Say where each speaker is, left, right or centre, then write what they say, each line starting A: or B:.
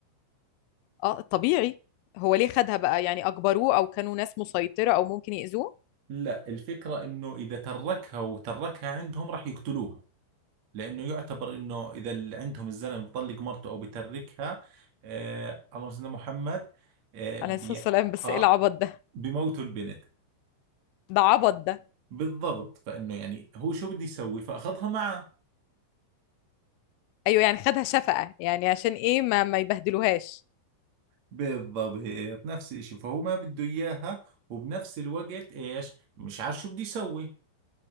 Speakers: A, on the left; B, on the right.
A: اه طبيعي هو ليه خدها بقى يعني اجبروه او كانوا ناس مسيطرة او ممكن يأذوه
B: لا الفكره انه اذا تركها وتركها عندهم راح يقتلوها لانه يعتبر انه اذا اللي عندهم الزلمه بيطلق مرته او بتركها آه اللهم صل على محمد آه,
A: عليه
B: بي
A: الصلاة والسلام بس
B: آه
A: ايه العبط ده
B: بموتوا البنت
A: ده عبط ده
B: بالضبط فانه يعني هو شو بده يسوي فاخذها معه
A: ايوه يعني خدها شفقة يعني عشان ايه ما ما يبهدلوهاش
B: بالضبط هيك نفس الاشي فهو ما بده اياها وبنفس الوقت ايش مش عارف شو بده يسوي